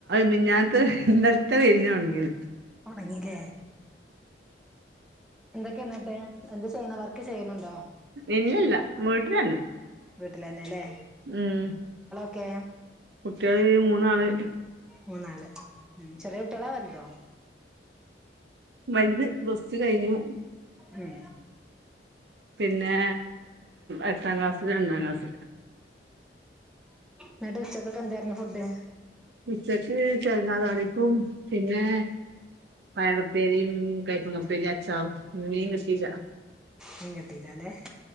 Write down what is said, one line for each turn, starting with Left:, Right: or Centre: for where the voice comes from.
Right: മിഞ്ഞാത്തെ ഇന്നല്ത്തെ വെയിലിനാ ഒണങ്ങിയത്.
Centre: തൊടങ്ങീലേ ന്തക്കെയ ന്ന്ട്ട് ന്ത് ചെയ്യണ് വർക്ക് ചെയ്യണൊണ്ടോ
Right: ഇല്ലില്ല വീട്ടിലന്നെ
Centre: വീട്ടിലന്നെ ല്ലേ
Right: ഉം
Centre: ക്കേ
Right: കുട്ട്യള് മൂന്നാള്
Centre: മൂന്നാള് ഉം ചെറിയ കുട്ട്യളാ വല്തോ
Right: വല്ത് പ്ലസ്ട് കയിഞു
Centre: ഉം
Right: പിന്നെ എട്ടാം ക്ലാസ്സ് രണ്ടാം ക്ളാസ്
Centre: ട്ട് ഉച്ചയ്ക്കത്ത്കകെന്തായ്ര്ന്ന് ഫുഡ്
Right: ഉച്ചക്ക് തേങാകറിയും പിന്നെ പയറുപ്പേരിയും കയ്പങ്ങാപ്പേരി അച്ചാറും മീൻ കിട്ടീല്ല
Centre: മീൻ കിട്ടീലാല്ലേ